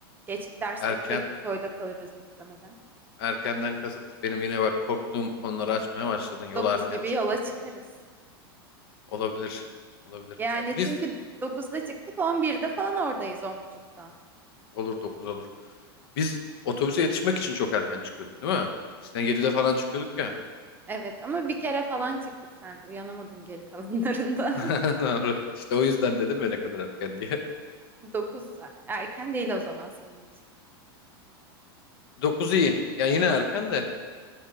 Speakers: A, on the right (about 15°); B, on the left (about 70°).
A: Geç gidersek
B: Erken
A: tek bir koyda kalırız muhtemelen.
B: erkenden kasıt benim yine bak korktuğum konuları açmaya başladın. Yola
A: 9
B: erken
A: gibi
B: çıkmak
A: yola çıkarız.
B: falan. Olabilir. Olabilir.
A: Yani
B: E, Biz
A: çünkü dokuzda çıktık on birde falan oradayız on buçukta.
B: olur 9 olur. Biz otobüse yetişmek için çok erken çıkıyorduk değil mi? Eskiden 7'de falan çıkıyorduk ya.
A: Evet ama bir kere falan çıktık sen uyanamadın geri kalanlarında.
B: <laughs> Doğru. İşte o yüzden dedim ya ne kadar erken diye.
A: <laughs> 9 erken değil o zaman senin için.
B: dokuz iyi. Yani yine erken de